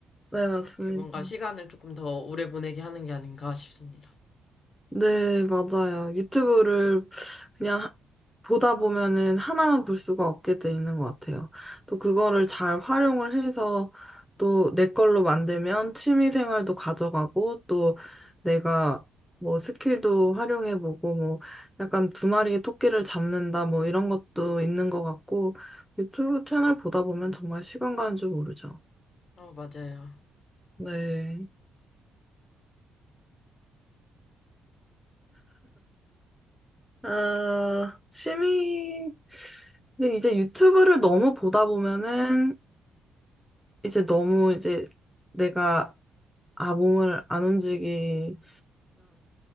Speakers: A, in the centre; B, on the left.
A: 네, 맞습니다.
B: 그렇게 뭔가 시간을 조금 더 오래 보내게 하는 게 아닌가 싶습니다.
A: 네, 맞아요. 유튜브를 그냥 하- 보다 보면은 하나만 볼 수가 없게 돼 있는 것 같아요. 또 그거를 잘 활용을 해서 또 내 걸로 만들면 취미 생활도 가져가고 또 내가 뭐 스킬도 활용해보고 뭐 약간 두 마리의 토끼를 잡는다 뭐 이런 것도 있는 것 같고 유튜브 채널 보다 보면 정말 시간 가는 줄 모르죠.
B: 어, 맞아요.
A: 네. 아, 취미, 근데 이제 유튜브를 너무 보다 보면은 이제 너무 이제 내가 아, 몸을 안 움직이면